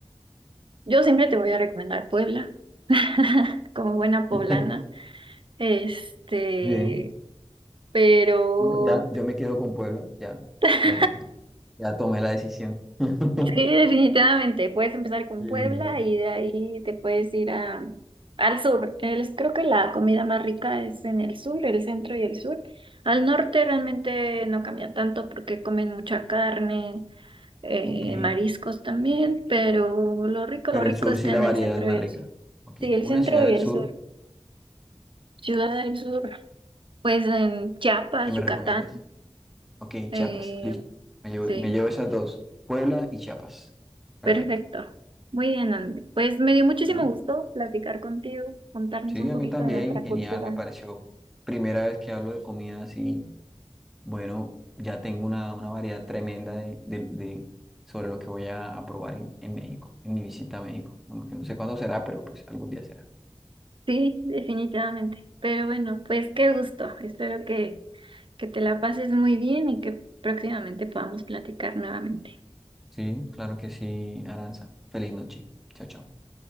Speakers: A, on the right; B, in the centre.
A: Yo siempre te voy a recomendar Puebla, <laughs> como buena poblana.
B: <laughs>
A: Este,
B: Bien,
A: pero
B: no, ya, yo me quedo con Puebla, ya,
A: <laughs>
B: ya, ya, ya tomé la decisión. <laughs>
A: sí, definitivamente, puedes empezar con
B: Sí,
A: Puebla
B: sí, sí.
A: y de ahí te puedes ir a, al sur. El- creo que la comida más rica es en el sur, el centro y el sur. Al norte realmente no cambia tanto porque comen mucha carne. eh,
B: Ok, ok.
A: mariscos también, pero lo rico,
B: Pero
A: lo rico
B: el sur
A: está
B: sí la
A: en
B: variedad
A: el centro
B: es más
A: y el
B: rica.
A: sur.
B: Ok,
A: Sí, el
B: una
A: centro
B: ciudad del
A: y el
B: sur
A: sur. Ciudad del Sur, pues en Chiapas,
B: que me
A: Yucatán.
B: recomiendes. Ok,
A: eh,
B: Chiapas, listo. Me llevo,
A: sí,
B: me llevo esas dos, Puebla y Chiapas. Perfecto.
A: perfecto. Muy bien, Andy. Pues me dio muchísimo
B: Bueno,
A: gusto platicar contigo, contarnos
B: sí,
A: un
B: a
A: poquito
B: mí también,
A: de nuestra
B: genial,
A: cultura.
B: me pareció primera vez que hablo de comidas Bueno, ya tengo una, una variedad tremenda de, de- de- sobre lo que voy a, a probar en, en México, en mi visita a México. Bueno, que no sé cuándo será, pero pues algún día será.
A: Sí, definitivamente. Pero bueno, pues qué gusto. Espero que, que te la pases muy bien y que próximamente podamos platicar nuevamente.
B: Sí, claro que sí, Aranza. Feliz noche. Chao, chao.